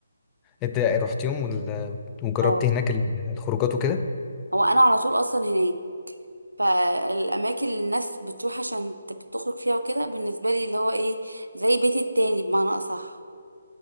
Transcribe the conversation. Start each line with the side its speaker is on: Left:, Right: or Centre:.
Left: انت رحتيهم وال- وجربتي
Right: اه
Left: هناك ال- الخروجات وكده
Right: هو انا على طول اصلا هناك فالاماكن اللي الناس بتروح عشان تب- تخرج فيها وكده بالنسبه لي اللي هو ايه زي بيتي التاني بمعنى اصح